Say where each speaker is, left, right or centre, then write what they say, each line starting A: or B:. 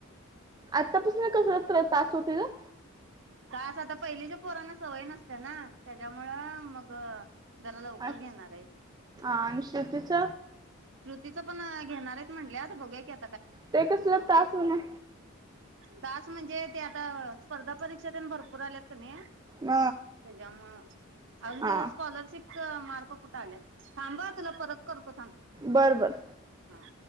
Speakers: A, on the right (about 20°); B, on the right (about 60°).
A: आतापसन कस तास ओ तिझं
B: तास आता पहिलीच्या पोरांना सवय नसत ना त्याज्यामुळं मग जरा लवकर
A: आ
B: घेणार आहेत.
A: आणि श्रुतीच
B: तीच पण घेणार आहेत म्हणल्यात बघु या की आ
A: ते कसल तास हो ना
B: तास म्हणजे ते आता स्पर्धा परीक्षा तेन भरपूर आल्यात कनाइ
A: म,
B: त्याज्यामुळं अजून
A: हा
B: तीज स्कॉलरशिप च मार्क कुठं आल्यात थांबा हं तुला परत करतो थांब
A: बरं बर
B: हा.